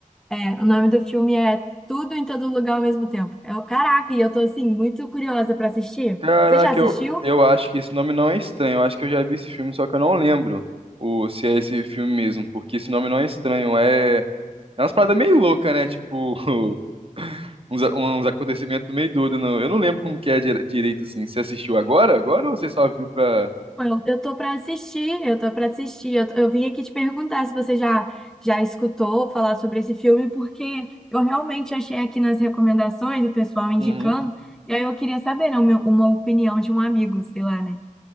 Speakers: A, in the centre; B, on the right.
A: É, o nome do filme é Tudo em Todo Lugar ao Mesmo Tempo. É o caraca, e eu tô assim muito curiosa pra assistir.
B: Caraca,
A: Você já assistiu?
B: eu, eu acho que esse nome não é estranho. Eu acho que eu já vi esse filme, só que eu não lembro o, se é esse filme mesmo, porque esse nome não é estranho. É, é umas paradas meio louca, né? Tipo, <laughs> uns, uns acontecimentos meio doidos, não. Eu não lembro como que é dire- direito, assim. Você assistiu agora? Agora ou você só viu pra...
A: Eu, eu tô pra assistir, eu tô pra assistir. Eu, eu vim aqui te perguntar se você já já escutou falar sobre esse filme, porque eu realmente achei aqui nas recomendações o pessoal indicando,
B: Uhum.
A: e aí eu queria saber, né, uma, uma opinião de um amigo, sei lá, né,